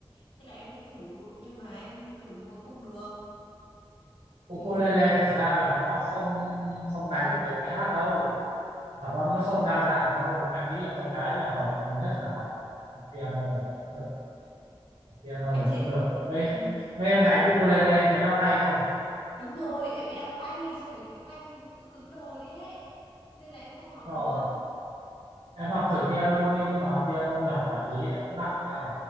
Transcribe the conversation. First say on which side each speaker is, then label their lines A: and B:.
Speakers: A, on the left; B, on the right.
A: Thế là em cũng thử nhưng mà em thử mà không được thì
B: ukulele thật ra là nó không không đánh được nhiều bài hát đâu hợp âm nó không đa dạng đâu anh nghĩ là con gái là hợp nhất là học học piano này là cũng được học piano
A: em
B: này
A: thấy
B: cũng được đây
A: ừ,
B: đây em đánh
A: em
B: ukulele em thấy đau tay không
A: đúng rồi, em bị đau tay xong rồi cái tay em nó cứ cứng đờ đi ấy. Nên là em không học
B: đúng rồi
A: được.
B: em học thử piano đi nhưng mà học piano là học nhạc lý là cũng nặng nha